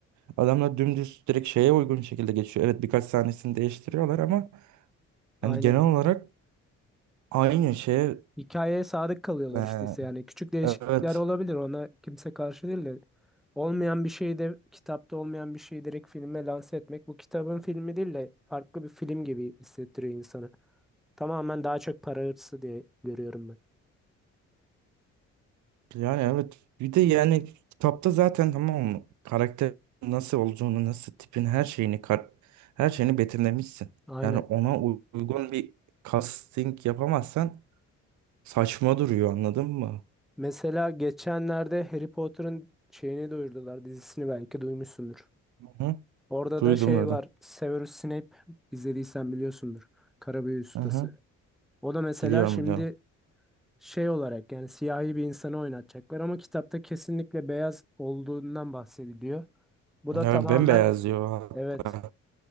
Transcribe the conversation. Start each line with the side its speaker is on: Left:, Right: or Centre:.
Right: Adamlar dümdüz direkt şeye uygun şekilde geçiyor. Evet birkaç sahnesini değiştiriyorlar ama
Centre: Aynen.
Right: yani genel olarak aynı şeye
Centre: Hikayeye sadık kalıyorlar
Right: e,
Centre: işte ise yani küçük değişiklikler
Right: evet
Centre: olabilir ona kimse karşı değil de olmayan bir şeyi de kitapta olmayan bir şeyi direkt filme lanse etmek bu kitabın filmi değil de farklı bir film gibi hissettiriyor insanı. Tamamen daha çok para hırsı diye görüyorum ben.
Right: yani evet bir de yani kitapta zaten tamam mı karakter nasıl olduğunu nasıl tipin her şeyini kar her şeyini betimlemişsin.
Centre: Aynen.
Right: Yani ona u- uygun bir casting yapamazsan saçma duruyor anladın mı?
Centre: Mesela geçenlerde Harry Potter'ın şeyini duyurdular dizisini belki duymuşsundur.
Right: Hı hı.
Centre: Orada
Right: Duydum
Centre: da şey
Right: dedim.
Centre: var Severus Snape izlediysen biliyorsundur. Karabüyü Ustası.
Right: Hı hı.
Centre: O da mesela
Right: Biliyorum
Centre: şimdi
Right: biliyorum.
Centre: şey olarak yani siyahi bir insanı oynatacaklar ama kitapta kesinlikle beyaz olduğundan bahsediliyor. Bu
Right: Evet,
Centre: da tamamen
Right: bembeyaz diyor.
Centre: evet
Right: hatta.